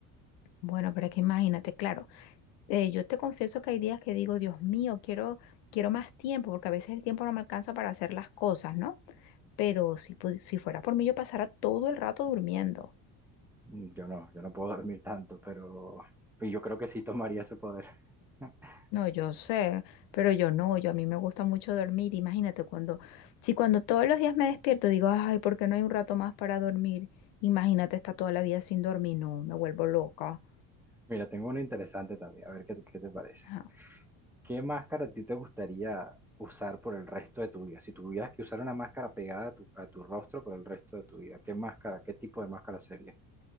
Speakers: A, on the left; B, in the centre.
A: Bueno, pero es que imagínate, claro, eh, yo te confieso que hay días que digo, Dios mío, quiero, quiero más tiempo, porque a veces el tiempo no me alcanza para hacer las cosas, ¿no? Pero si, pu- si fuera por mí, yo pasara todo el rato durmiendo.
B: mm, Yo no, yo no puedo <laughs> dormir tanto, pero y yo creo que sí tomaría ese poder. <laughs>
A: No, yo sé, pero yo no, yo a mí me gusta mucho dormir. Imagínate cuando, si cuando todos los días me despierto digo, ay, ¿por qué no hay un rato más para dormir? Imagínate estar toda la vida sin dormir, no, me vuelvo loca.
B: Mira, tengo uno interesante también, a ver qué, qué te parece.
A: Ajá.
B: ¿Qué máscara a ti te gustaría usar por el resto de tu vida? Si tuvieras que usar una máscara pegada a tu, a tu rostro por el resto de tu vida, ¿qué máscara, qué tipo de máscara sería?